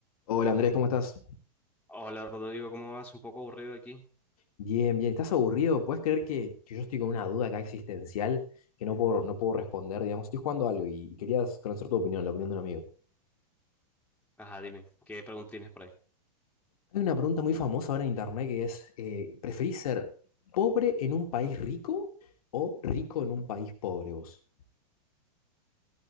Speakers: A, on the left; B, in the centre.
A: Hola Andrés, ¿cómo estás?
B: Hola Rodrigo, ¿cómo vas? Un poco aburrido aquí.
A: Bien, bien. ¿Estás aburrido? ¿Puedes creer que, que yo estoy con una duda acá existencial que no puedo, no puedo responder, digamos? Estoy jugando algo y, y querías conocer tu opinión, la opinión de un amigo.
B: Ajá, dime, ¿qué pregunta tienes por ahí?
A: Hay una pregunta muy famosa ahora en internet que es, eh, ¿preferís ser pobre en un país rico o rico en un país pobre vos?